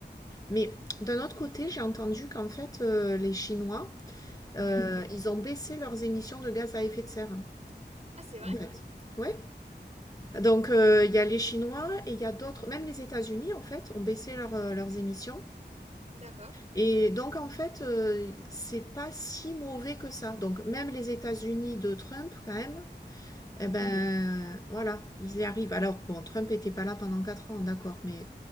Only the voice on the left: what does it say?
Mais d'un autre côté, j'ai entendu qu'en fait, euh, les Chinois,
euh, ils ont baissé leurs émissions de gaz à effet de serre, hein,
en C'est fait. Oui, Donc euh, il euh, y a les Chinois et il y a d'autres, même les États-Unis en fait, ont baissé leur, euh, leurs émissions
Et donc en fait, euh, c'est pas si mauvais que ça. Donc même les États-Unis de Trump, quand même,
eh ben voilà, ils y arrivent. Alors bon, Trump était pas là pendant 4 ans, d'accord, mais